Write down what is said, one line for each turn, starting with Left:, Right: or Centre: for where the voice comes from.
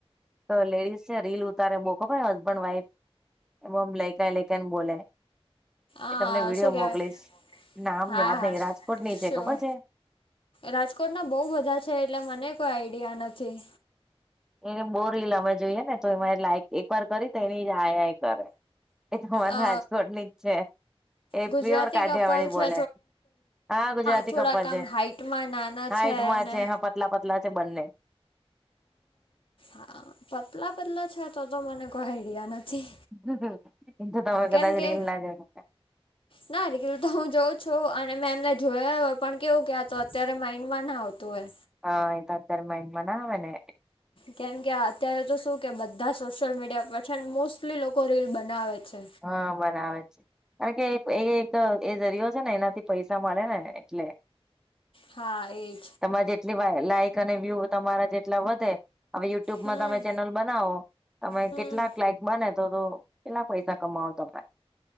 Centre: તો લેડીસને રીલ ઉતારે બઉ ખબર હસબન્ડ વાઇફ એમ એ લેકાઈ લેકાઈ ને બોલે.
Left: આ
Centre: એ તમને વિડીિયો
Left: શું કહેવાય
Centre: મોકલીશ. નામ
Left: હા
Centre: યાદ
Left: હા
Centre: નહી રાજકોટની
Left: શ્યોર
Centre: છે, ખબર છે?
Left: રાજકોટના બહું બધા છે, એટલે મને કોઈ આઈડિયા નથી.
Centre: એને બઉ રીલ અમે જોઈએ ને, તો એમાં લાઈક એક વાર કરી તો એની આઈ આઈ કરે. એ તો અમાર
Left: અ
Centre: રાજકોટની જ છે. એ
Left: ગુજરાતી
Centre: પ્યોર કાઠિયા
Left: કપલ
Centre: વાળી
Left: છે,
Centre: બોલે હા ગુજરાતી
Left: થોડાક
Centre: કપલ
Left: આમ
Centre: છે
Left: હાઈટ- નાના
Centre: હા હાઈટમાં
Left: છે. ને
Centre: હા પતલા પતલા છે બંને.
Left: અ પતલા પતલા છે તો તો મને કોઈ આઈડિયા નથી.
Centre: હમ <unintelligible> એ તવા
Left: કેમ
Centre: ગદા <unintelligible>
Left: કે
Centre: જ એલાજ <unintelligible>
Left: ના રિલ તો હું જાઉં છું. અને મેં એમને જોયા હોય, પણ કેવું કે તો અત્યારે માઈન્ડ માં ના આવતું હોય.
Centre: હા એ તરત જ એ માઈન્ડમાં ના આવેને.
Left: કેમ કે અત્યારે તો શું કે બધા સોશિયલ મીડિયા પર છે ને મોસ્ટલી લોકો રીલ બનાવે છે.
Centre: હા બનાવે છે. કારણ કે એ એક એ જરિયો છે ને એનાથી પૈસા મળે ને એટલે.
Left: હા એજ.
Centre: તમારે જેટલી લાઈક અને વ્યુ તમારા જેટલા વધે હવે યુટ્યુબમાં
Left: હમ
Centre: તમે ચેનલ બનાવો તમે
Left: હમ.
Centre: કેટલાક લાઈક બને તો તો કેટલાક પૈસા કમાવતો. <unintelligible>